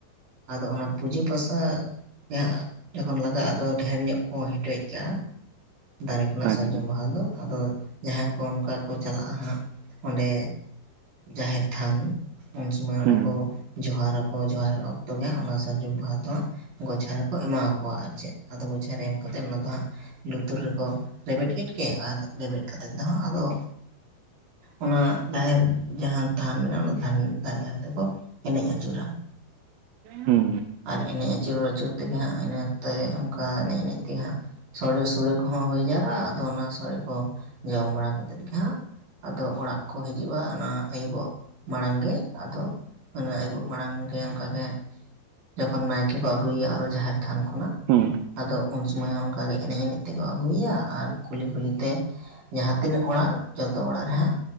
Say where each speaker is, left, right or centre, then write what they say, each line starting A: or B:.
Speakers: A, on the right (about 55°); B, on the right (about 75°).
A: ᱟᱫᱚ ᱚᱱᱟ ᱯᱩᱡᱟᱹ ᱯᱟᱥᱟ ᱡᱟᱦᱟᱸ ᱡᱚᱠᱷᱚᱱ ᱞᱟᱜᱟᱜᱼᱟ᱾ ᱟᱫᱚ ᱰᱷᱮᱨ ᱧᱚᱜ ᱠᱚ ᱦᱮᱴᱮᱡ ᱠᱟᱜᱼᱟ ᱫᱟᱨᱮ ᱠᱷᱚᱱᱟᱜ
B: ᱟᱪᱪᱷᱟ
A: ᱥᱟᱨᱡᱚᱢ ᱵᱟᱦᱟ ᱫᱚ ᱟᱫᱚᱼᱼ ᱡᱟᱦᱟᱸᱭ ᱠᱚ ᱚᱱᱠᱟ ᱠᱚ ᱪᱟᱞᱟᱜᱼᱟ ᱦᱟᱸᱜ ᱚᱸᱰᱮ ᱡᱟᱦᱮᱨ ᱛᱷᱟᱱᱼᱼ ᱩᱱᱥᱚᱢᱚᱭ ᱚᱸᱰᱮ
B: ᱦᱩᱸ
A: ᱠᱚ ᱡᱚᱦᱟᱨᱟᱠᱚ ᱡᱚᱦᱟᱨ ᱚᱠᱛᱚ ᱜᱮᱦᱟᱜ ᱚᱱᱟ ᱥᱟᱨᱡᱚᱢ ᱵᱟᱦᱟ ᱫᱚᱼᱼ ᱜᱚᱪᱷᱟᱨ ᱨᱮᱠᱚ ᱮᱢᱟ ᱠᱚᱣᱟ ᱟᱨ ᱪᱮᱫ ᱟᱫᱚ ᱜᱳᱪᱷᱟᱨᱮ ᱮᱢ ᱠᱟᱛᱮᱫ ᱚᱱᱟ ᱫᱚ ᱦᱟᱸᱜᱼᱼ ᱞᱩᱛᱩᱨ ᱨᱮᱠᱚ ᱨᱮᱵᱮᱫ ᱠᱮᱫ ᱜᱮ ᱟᱨ ᱨᱮᱵᱮᱫ ᱠᱟᱛᱮ ᱫᱚᱦᱟᱸᱜ ᱟᱫᱚᱼᱼ ᱚᱱᱟ ᱡᱟᱦᱮᱨ ᱡᱟᱦᱟᱸ ᱛᱷᱟᱱ ᱢᱮᱱᱟᱜᱼᱟ ᱚᱱᱟ ᱛᱷᱟᱱ ᱫᱷᱟᱨᱮ ᱫᱷᱟᱨᱮ ᱛᱮᱠᱚᱼᱼ ᱮᱱᱮᱡ ᱟᱹᱪᱩᱨᱟ
B: ᱦᱩᱸ
A: ᱟᱨ ᱮᱱᱮᱡ ᱟᱹᱪᱩᱨ ᱟᱹᱪᱩᱨ ᱛᱮᱜᱮ ᱦᱟᱸᱜ ᱤᱱᱟ ᱚᱠᱛᱮ ᱚᱱᱠᱟ ᱮᱱᱮᱡ ᱮᱱᱮᱡ ᱛᱮᱜᱮ ᱦᱟᱸᱜ ᱥᱚᱲᱼᱼ ᱥᱩᱲᱟ ᱠᱚᱦᱚ ᱦᱩᱭ ᱡᱟᱣᱨᱟᱜᱼᱟ ᱟᱫᱚ ᱚᱱᱟ ᱥᱚᱲᱮ ᱠᱚ ᱡᱚᱢ ᱵᱟᱲᱟ ᱠᱟᱛᱮᱫ ᱜᱮ ᱦᱟᱸᱜᱼᱼ ᱟᱫᱚ ᱚᱲᱟᱜ ᱠᱚ ᱦᱤᱡᱩᱜᱼᱟ ᱚᱱᱟ ᱟᱹᱭᱩᱵᱚᱜ ᱢᱟᱲᱟᱝ ᱜᱮ ᱟᱫᱚᱼᱼ ᱢᱟᱱᱮ ᱟᱹᱭᱵᱩᱵ ᱢᱟᱲᱟᱝ ᱜᱮ ᱚᱱᱠᱟᱜᱮ, ᱡᱚᱠᱷᱚᱱ ᱱᱟᱭᱠᱮ ᱠᱚ ᱟᱹᱜᱩᱭᱟ ᱟᱨᱚ ᱡᱟᱦᱮᱨ ᱛᱷᱟᱱ ᱠᱷᱚᱱᱟᱜ
B: ᱦᱩᱸ
A: ᱟᱫᱚ ᱩᱱ ᱥᱚᱢᱚᱭ ᱦᱚᱸ ᱚᱱᱠ ᱜᱮ ᱮᱱᱮᱡ ᱮᱱᱮᱡᱼᱼ ᱛᱮᱠᱚ ᱟᱹᱜᱩᱭᱟ ᱟᱨ ᱠᱩᱞᱤ ᱠᱩᱞᱤ ᱛᱮ, ᱡᱟᱦᱟᱸ ᱛᱤᱱᱟᱹᱜ ᱚᱲᱟᱜ ᱡᱚᱛᱚ ᱚᱲᱟᱜ ᱨᱮᱦᱟᱸᱜ